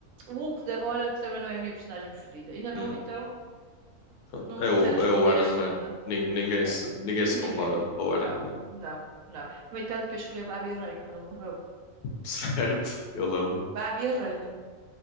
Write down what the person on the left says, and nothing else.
Hum,
pronto.
É o,
é o Iron
Man. Nin- Ninguém
se, ninguém se
compara ao
Iron Man.
<laughs> Certo, eu lembro.